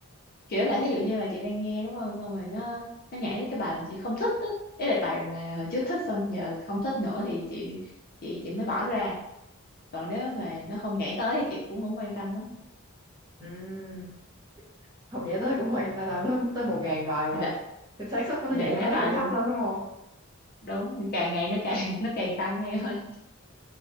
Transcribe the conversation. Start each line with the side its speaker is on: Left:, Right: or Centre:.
Left: kiểu là thí dụ như là chị đang nghe đúng không xong rồi nó nó nhảy tới cái bài mà chị không thích á đấy là bài mà hồi trước thích xong giờ không thích nữa thì chị chị chị mới bỏ nó ra còn nếu mà nó không nhảy tới thì chị cũng không quan tâm lắm
Right: ừ không nhảy tới cũng hoành là làm lắm tới một ngàn bài mà
Left: để,
Right: thì xác suất của
Left: để
Right: nó nhảy
Left: máy
Right: tới
Left: bài
Right: cũng
Left: luôn
Right: thấp lắm đúng không
Left: đúng càng ngày nó càng <laughs> nó càng tăng em ơi